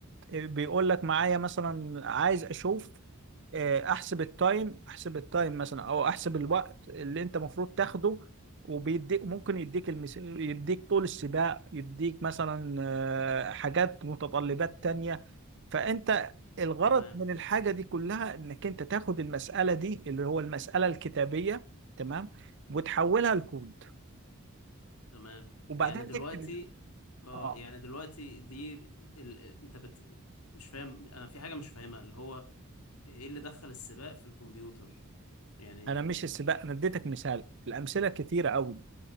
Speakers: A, on the right (about 55°); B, on the left (about 85°).
A: آه، بيقول لك معايا مثلا عايز اشوف آه، احسب التايم احسب التايم مثلا او احسب الوقت اللي انت المفروض تاخده وبيديك ممكن يديك المس... يديك طول السباق يديك مثلا آه، حاجات متطلبات تانية فانت الغرض
B: تمام
A: من الحاجة دي كلها انك انت تاخد المسألة دي اللي هو المسألة الكتابية تمام وتحولها لكود
B: تمام
A: وبعدين
B: يعني دلوقتي
A: تكتب
B: اه
A: اه
B: يعني دلوقتي دي, دي ال... ال- انت بت مش فاهم انا في حاجة مش فاهمها اللي هو ايه اللي دخل السباق في الكمبيوتر يعني
A: انا مش السباق انا اديتك مثال الامثله كتيره قوي